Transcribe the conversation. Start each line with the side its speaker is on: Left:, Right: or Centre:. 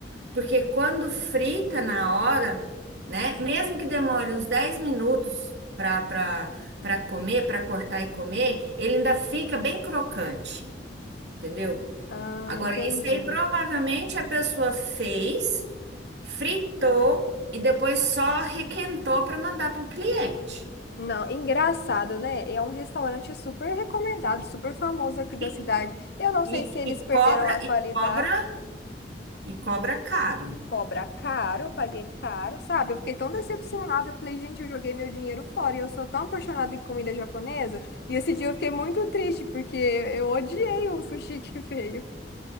Right: Porque quando frita na hora, né? Mesmo que demore uns 10 minutos para para para comer, para cortar e comer, ele ainda fica bem crocante, entendeu?
Left: Ah,
Right: Agora,
Left: entendi.
Right: isso aí provavelmente a pessoa fez, fritou e depois só requentou para mandar para o cliente.
Left: Não, engraçado, né? É um restaurante super recomendado, super famoso aqui da
Right: E,
Left: cidade. Eu não
Right: e,
Left: sei se eles
Right: e
Left: perderam
Right: cobra
Left: a qualidade.
Right: e cobra e cobra caro.
Left: Cobra caro, eu paguei caro, sabe? Eu fiquei tão decepcionada. Eu falei, gente, eu joguei meu dinheiro fora e eu sou tão apaixonada em comida japonesa. E esse dia eu fiquei muito triste porque eu odiei o sushi <laughs> que veio.